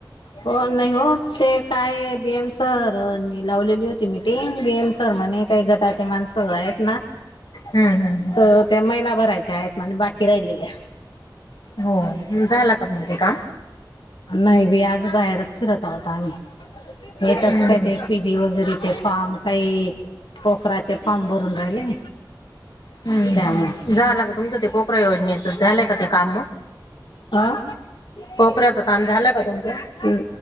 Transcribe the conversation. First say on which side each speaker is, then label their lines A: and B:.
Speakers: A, on the left; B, on the left.
A: हो नाही हो ते काय बीएम- तर लावलेली होती मीटिंग. बीएम सर म्हणे काही गटाचे माणसं आहेत ना-
B: हम्म हम् हम.
A: तर त्या महीला भरायच्या आहेत म्हणे बाकी राहिलेल्या.
B: हो. हम् झालं का पण ते काम?
A: नाही बाई अजून बाहेरच फिरत आहोत आम्ही. हेे तस
B: हम्म
A: काय ते पी- जी वगैरेचे फार्म, काही पोखराचे फार्म भरून राहिले.
B: हम्म
A: त्यामुळे
B: झालं का तुमचं ते पोखराऱ योजनेच झालंय का ते काम मग?
A: अ
B: पोखराऱच काम झालं का तुमचं?
A: ह